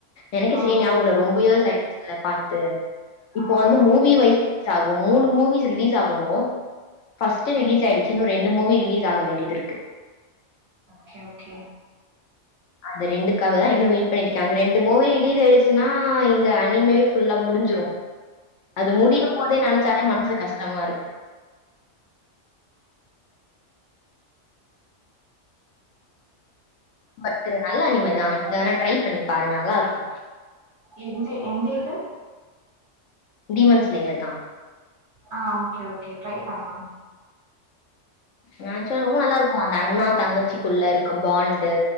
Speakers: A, on the left; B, on the right.
A: எனக்கே
B: ஆ
A: சரியா ஞாபகம்ல்ல ரொம்ப இயர்ஸ் ஆயிடுச்சுல்ல பாத்து இப்ப
B: ஆ
A: வந்து
B: ஆ
A: மூவி வய்ஸ் ரிலீஸ் ஆகும் மூணு மூவிஸ் ரிலீஸ் ஆகணு ஃபர்ஸ்ட் ரிலீஸ் ஆய்டுச்சு இன்னு ரெண்டு மூவி ரிலீஸ் ஆக வேண்டியது இருக்கு
B: ஓக்கே ஓக்கே
A: அந்த ரெண்டுக்காக தா இன்னு வெயிட் பண்ணிட்ருக்கே அந்த ரெண்டு மூவி ரிலீஸ் ஆயிடுச்சுனா இந்த அனிமே ஃபுல்லா முடிஞ்சிரு அது முடிய போதே நினைச்சாலே மனசு கஷ்டமாருக்கு பட் நல்ல அனிமைதா வேணா ட்ரை பண்ணி பாருங்க நல்லாருக்கு
B: எந்த எந்த இது
A: டிமன்ஸ்லேயர் தா
B: ஆ ஓக்கே ஓக்கே ட்ரை பண்லா
A: நனச்சா ரொம்ப நல்லாருக்கும் அந்த அண்ணா தங்கச்சிக்குள்ள இருக்க பாண்டு